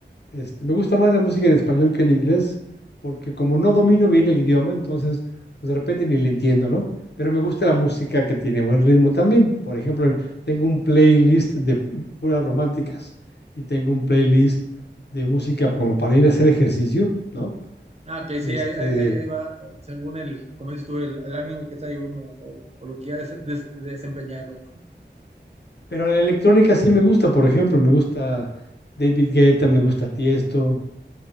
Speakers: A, on the left; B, on the right.
A: Este, me gusta más la música en español que en inglés, porque como no domino bien el idioma, entonces, pues de repente ni le entiendo, ¿no? Pero me gusta la música que tiene buen ritmo también. Por ejemplo, tengo un playlist de puras románticas y tengo un playlist de música como para ir a hacer ejercicio, ¿no?
B: Ah, ok,
A: Este,
B: sí, ahí, ahí, ahí ahí va, según el, como dices tú, el, el ánimo que trae uno o, o lo que ya des- des- desempeñar. ¿verdad?
A: pero la electrónica sí me gusta, por ejemplo, me gusta David Guetta, me gusta Tiesto,